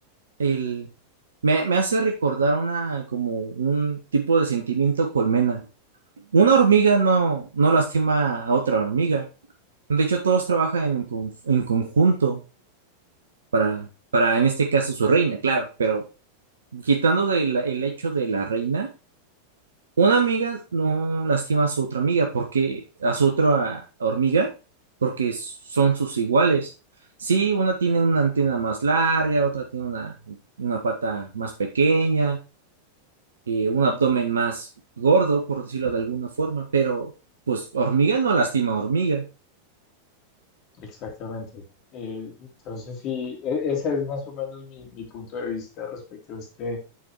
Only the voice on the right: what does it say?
El, me, me hace recordar una, como un tipo de sentimiento colmena. Una hormiga no, no lastima a otra hormiga. De hecho, todos trabajan en, con- en conjunto para, para, en este caso, su reina, claro, pero quitando del- el hecho de la reina. Una amiga no lastima a su otra amiga porque a su otra hormiga porque son sus iguales. Sí, una tiene una antena más larga, otra tiene una, una pata más pequeña, eh, un abdomen más gordo, por decirlo de alguna forma, pero pues hormiga no lastima a hormiga.